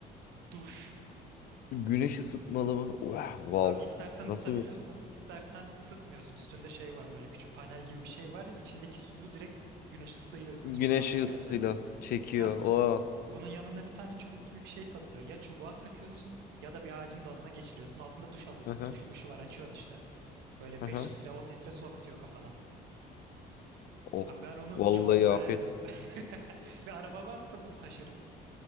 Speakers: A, on the right; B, on the left.
A: duş.
B: Güneş ısıtmalı mı? Vah, wow.
A: Abi istersen ısıtabiliyorsun,
B: Nasıl bir
A: istersen ısıtmıyorsun. Üstünde şey var böyle küçük panel gibi bir şey var. İçindeki suyu direkt güneş ısısıyla ısıtıyor
B: güneş
A: yazlık
B: ısısıyla
A: yerde.
B: çekiyor.
A: Sen
B: Oh.
A: bunun yanında bir tane çubuk gibi bir şey satılıyor. Ya çubuğa takıyorsun ya da bir ağacın dalına geçiriyorsun. Altında duş alıyorsun.
B: Aha,
A: Tuşu muşu var açıyorsun işte. Böyle
B: aha.
A: 5 litre 10 litre su akıtıyor kafana.
B: Oh.
A: Abi ben onu
B: Vallahi
A: çok beğendim.
B: afiyet.
A: <laughs> Ve araba varsa bunu taşırız.